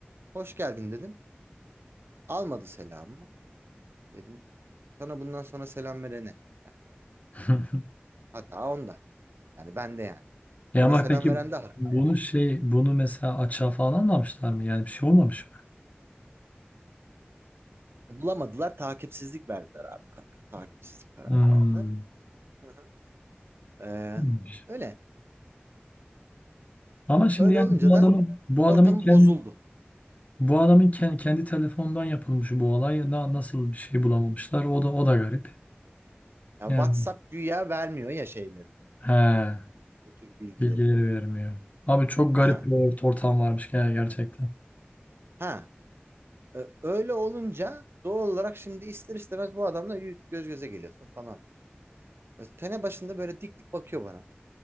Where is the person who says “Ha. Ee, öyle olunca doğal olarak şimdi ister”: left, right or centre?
Right